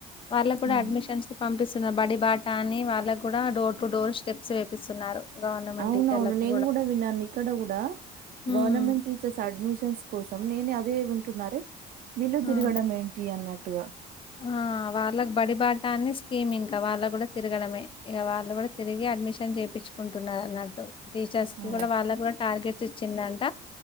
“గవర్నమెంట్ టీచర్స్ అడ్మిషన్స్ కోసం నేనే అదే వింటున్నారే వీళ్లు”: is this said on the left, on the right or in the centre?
Right